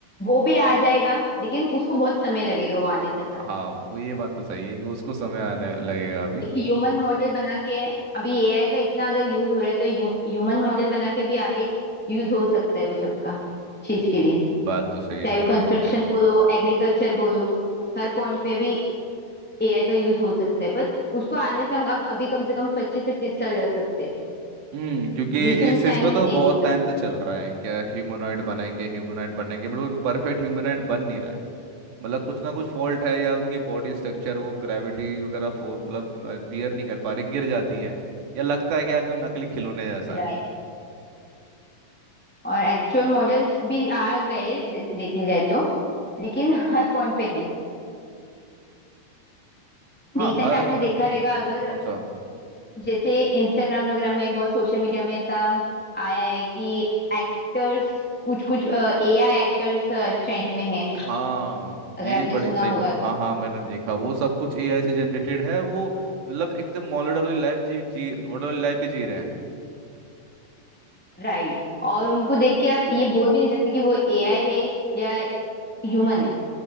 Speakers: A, in the centre; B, on the right.
A: वो भी आ जाएगा लेकिन उसको बहुत समय लगेगा वो आने तक
B: हाँ वो ये बात तो सही है कि उसको समय आने लगेगा अभी
A: एक ह्यूमन मॉडल बना के अभी एआई का इतना अगर यूज हो रहा है तो ह्यूमन मॉडल बना के भी आगे यूज हो सकता है वो सबका चीज
B: हम्म,
A: के लिए
B: बात तो सही है
A: चाहे
B: बिल्कुल
A: वो कंस्ट्रक्शन
B: भी
A: बोलो एग्रीकल्चर बोलो हर पॉइंट पे अभी एआई का यूज हो सकता है बट उसको आने से हम अब- अभी कम से कम पच्चीस से तीस साल लग सकते हैं
B: हम्म क्योंकि
A: रिसेंट
B: इस
A: टाइम
B: इस पर
A: में
B: तो
A: नहीं
B: बहुत
A: बोल सकते
B: टाइम से चल रहा है क्या ह्यूमनॉइड बनाएंगे ह्यूमनॉइड बनाएंगे बट वो परफेक्ट ह्यूमनॉइड बन नहीं रहा है मतलब कुछ ना कुछ फॉल्ट है या उनके बॉडी स्ट्रक्चर वो ग्रेविटी वगैरह फो- मतलब बियर नहीं कर पा रही गिर जाती है या लगता है कि यार तो नकली खिलौने जैसा है
A: राइट और एक्चुअल मॉडल्स भी आ गए दे- देखने जाए तो लेकिन हर पॉइंट पे नहीं
B: हाँ
A: रिसेंट
B: हर
A: आपने
B: पॉइंट
A: देखा
B: तो नहीं
A: रहेगा अगर
B: कौन सा
A: जैसे इंस्टाग्राम वगैरह में बहुत सोशल मीडिया में ऐसा आया है कि एक्टर्स कुछ कुछ एआई एक्टर्स ट्रेंड में है
B: हाँ
A: अगर
B: ये
A: आपने
B: बड़ी
A: सुना
B: सही
A: होगा
B: बात है हाँ
A: तो
B: हाँ मैंने देखा वो सब कुछ एआई से जनरेटेड है और वो मतलब एकदम मॉडल वाली लाइफ जी जी मॉडल वाली लाइफ भी जी रहे हैं
A: राइट और उनको देख के आप ये बोल भी नहीं सकते कि वो एआई है या ह्यूमन है